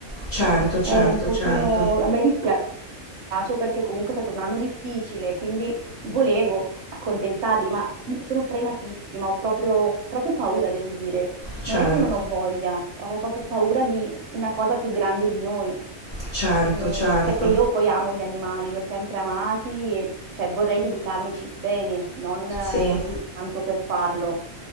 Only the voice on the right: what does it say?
è un pochino...
A me dispiace piace perché comunque è stato un anno difficile, quindi volevo accontentarli, ma sono frenatissima, ho proprio, proprio paura, devo dire.
Non è che non ho voglia, ho proprio paura di una cosa più grande di noi,
eh,
perché io poi amo gli animali, li ho sempre amati e cioè, vorrei dedicarmici bene, non eh,
così, tanto per farlo.